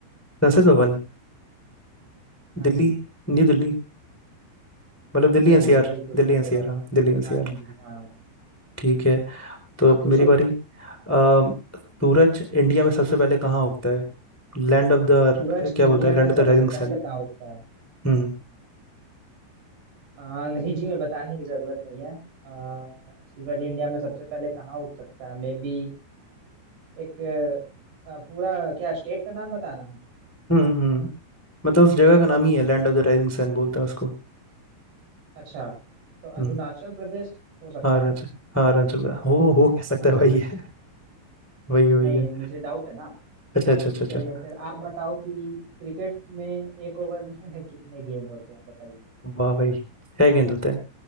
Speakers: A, in the centre; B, on the right.
A: संसद भवन
B: हाँ
A: दिल्ली
B: जी
A: न्यू दिल्ली मतलब दिल्ली
B: चलिए
A: एनसीआर
B: बिल्कुल
A: दिल्ली
B: सही
A: एनसीआर
B: जवाब
A: हाँ दिल्ली एनसीआर
B: हाँ जी हाँ
A: ठीक है तो
B: आप
A: अब
B: पूछो
A: मेरी बारी अम, सूरज इंडिया में सबसे पहले कहाँ उगता है लैंड ऑफ द
B: सूरज
A: क्या
B: इंडिया
A: बोलते हैं land
B: में सबसे
A: of the rising
B: पहले
A: sun
B: कहाँ उगता है
A: हम्म
B: आ, अंग्रेजी में बताने की जरूरत नहीं है आ, सूरज इंडिया में सबसे पहले कहाँ उग सकता है मे बी एक आ, पूरा क्या स्टेट का नाम बताना है
A: हम्म हम्म मतलब उस जगह का नाम ही है land of the rising sun बोलते हैं उसको
B: अच्छा तो अरुणाचल
A: हम्म
B: प्रदेश हो सकता
A: हाँ अरुणाचल
B: है
A: हाँ अरुणाचल प्रदेश। हो हो कह सकता है भाई है <laughs> वही है वही
B: नहीं
A: है
B: मुझे डाउट है ना
A: अच्छा अच्छा अच्छा अच्छा
B: चलिए फिर आप बताओ कि क्रिकेट में एक ओवर में <laughs> कितने गेंद होते हैं बताइए
A: वाह भाई छह गेंद होते हैं